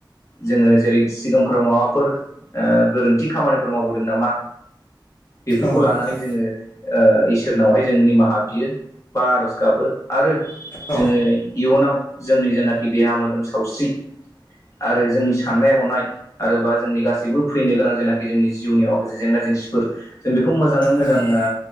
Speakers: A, on the left; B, on the left.
A: जोङो जेरै सिगांफोराव माबाफोर ओ गोरोन्थि खामानिफोर मावबोदों नामा। बेफोरखौ
B: औ
A: लानानै
B: नोंथां
A: जोङो ओ इसोरनावहाय जों निमाहा बियो। बा आर'ज गाबो आरो।
B: औ
A: जोङो इयुनाव जोंनि जेनाखि देहा मोदोम सावस्रि। आरो जोंनि साननाय हनाय आरो बा जोंनि गासैबो फैनो गोनां जेनाखि जोंनि जिउनि माखासे। जेंना जेंसिफोर जों बेखौ मोजाङै मोजां
B: औ
A: ओ